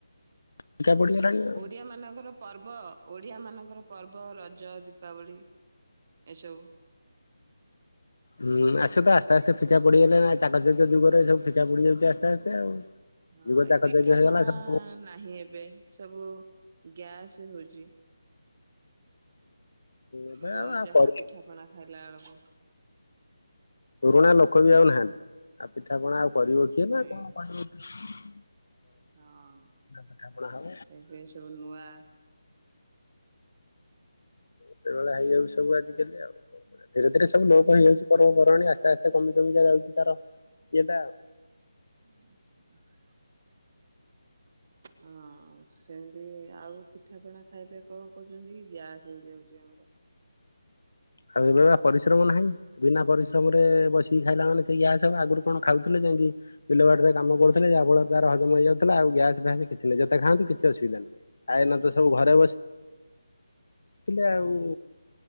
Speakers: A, on the left (about 60°); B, on the right (about 25°).
A: ଫିକା ପଡ଼ିଗଲାଣି ଆଉ।
B: ଓଡିଆ ମାନଙ୍କର ପର୍ବ ଓଡିଆ ମାନଙ୍କର ପର୍ବ ରଜ ଦୀପାବଳି ଏସବୁ
A: ହୁଁ ଆସ ତ ଆସ୍ତେ ଆସ୍ତେ ଫିକା ପଡିଗଲେ ନା ଚାକଚକ ଯୁଗରେ ସବୁ ଫିକା ପଡିଯାଉଛି ଆସ୍ତେ ଆସ୍ତେ ଆଉ।
B: ହଁ
A: ଯୁଗ ଚାକଚକ୍ୟ
B: ଏ ପିଠାପଣା
A: ହେଇଗଲା ସବୁ
B: ନାହିଁ ଏବେ ସବୁ ଗ୍ୟାସ ହଉଛି।
A: ଏବେ
B: ଆଗ
A: ଆଉ ଆଉ
B: ଯାହା
A: କରି
B: ପିଠାପଣା ଖାଇଲା ବେଳକୁ
A: ପୁରୁଣା ଲୋକ ବି ଆଉ ନାହାନ୍ତି। ଆ ପିଠା ପିଠା ପଣା ଆଉ କରିବ କିଏ
B: ନାଇଁ
A: ନା କଣ କରିବ କିଏ।
B: ହଁ
A: ପିଠାପଣା ହବ
B: ଏବେ ସବୁ ନୂଆ
A: ସେଇଭଳିଆ ହେଇଯାଉଚି ସବୁ ଆଜିକାଲି ଆଉ କଣ କରିବା ଧୀରେ ଧୀରେ ସବୁ ଲୋପ ହେଇଯାଉଚି ପର୍ବପବାଣି ଆସ୍ତେ ଆସ୍ତେ କମି କମିିକା ଯାଉଛି ତାର ଇଏଟା ଆଉ
B: <inaudible> ହଁ ସେମିତି ଆଉ ପିଠା ପଣା ଖାଇଲେ କଣ କରୁଛନ୍ତି କି ଗ୍ୟାସ୍ ହେଇଯାଉଛି ଆମର
A: ଆଉ ଏବେ ବା ପରିଶ୍ରମ ନାହିଁ ବିନା ପରିଶ୍ରମରେ ଏ ବସିକି ଖାଇଲା ମାନେ ସେଇ ଗ୍ୟାସ୍ ହେବ ଆଗରୁ କଣ ଖାଉଥିଲେ ଯାଇକି ବିଲବାଡ଼ିରେ କାମ କରୁଥିଲେ ଯାହାଫଳରେ ତାର ହଜମ ହେଇଯାଉଥିଲା ଆଉ ଗ୍ୟାସ୍ ଫ୍ୟାସ୍ କିଛି ନାହିଁ ଯେତେ ଖାଆନ୍ତୁ କିଛି ଅସୁବିଧା ନାହିଁ ଆ ଏଇନେତ ସବୁ ଘରେ ବସି ଥିଲେ
B: ହୁଁ
A: ଆଉ